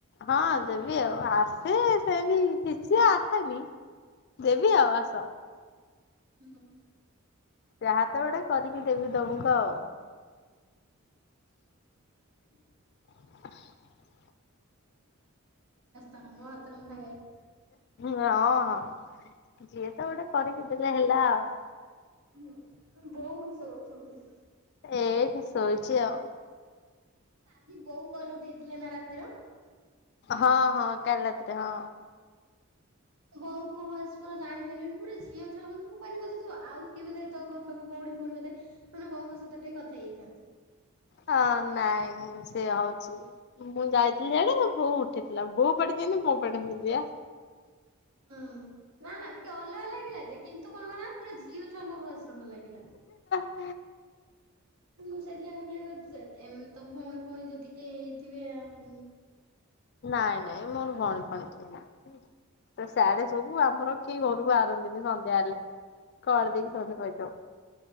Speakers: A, on the left; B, on the right.
A: ହଁ ଦେବି ଆଉ ଆସେ ସେମତି କିଛି ଆସେନି। ଦେବି ଆଉ ଆସ।
B: ହୁଁ।
A: ଯାହା ତ ଗୋଟେ କରିକି ଦେବି ତମକୁ ଆଉ। <inaudible>
B: ହ
A: ହ
B: ତମ ହାତ ରନ୍ଧା ଖାଇବି।
A: ହଁ ହଁ ଯିଏତ ଗୋଟେ କରିକି ଦେଲେ ହେଲା ଆଉ।
B: ହୁଁ ବୋଉ କିଷ କରୁଛନ୍ତି?
A: ଏଇଠି ଶୋଇଛି ଆଉ।
B: କାଲି ବୋଉ କଲ ଉଠେଇଥିଲେ ନା ରାତିର?
A: ହଁ ହଁ କାଲରାତିରେ ହଁ।
B: ବୋଉଙ୍କ ଭଏସ ପୁରା ଜାଣି ପାରିଲିନି ପୁରା ଝିଅ ଛୁଆ ମୁଁ କହିଲି ବୋଧେ ଆଉ କିଏ ବୋଧେ ତ ଘର ପାଖ ପୁଣି ପୁଣି ବୋଧେ ମାନେ ବୋଉଙ୍କ ସହିତ ଟିକେ କଥା ହେଇଥାନ୍ତି।
A: ହଁ ନାଇଁ ସେ ହଉଛି ମୁଁ ଯାଇଥିଲି ସେଡେ ବୋଉ ଉଠେଇଥିଲା ବୋଉ ପଡିଛିନି <unintelligible>
B: ହଁ ନା ନା ଟିକେ ଅଲଗା ଲାଗିଲା ଯେ କିନ୍ତୁ କଣ କ ନା ତୁର ଝିଅ ଛୁଆଙ୍କ ଭଏସ ଭଲ ଲାଗିଲା।
A: ହଁ।
B: ମୁଁ ସେଇଥିଲା ଭାବିଲି ଏମ ତମ ଭୋଉଣି ଫୋଉଣି ଯଦି କିଏ ହେଇଥିବେ ଆଉ
A: ନାଇଁ ନାଇଁ ମୋର ଭୋଉଣୀ ଫୋଉଣି କେହି ନାହିଁ ସେ ସିଆଡେ ସବୁ ଆମର କେହି ଘରୁକୁ ବାହାରନ୍ତିନି ସନ୍ଧ୍ୟା ହେଲେ କବାଟ ଦେଇକି ସମସ୍ତେ ପଇଥିବ।